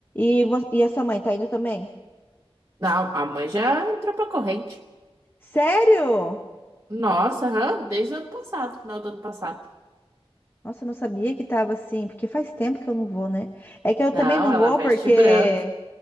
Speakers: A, on the left (about 20°); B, on the right (about 30°).
A: e vo- e a sua mãe tá indo também?
B: Não, a mãe já entrou pra corrente.
A: Sério?
B: Nossa, aham, desde o ano passado, final do ano passado.
A: Nossa, eu não sabia que tava assim, porque faz tempo que eu não vou, né? É que eu
B: Não,
A: também não
B: ela
A: vou
B: veste
A: porque.
B: branco.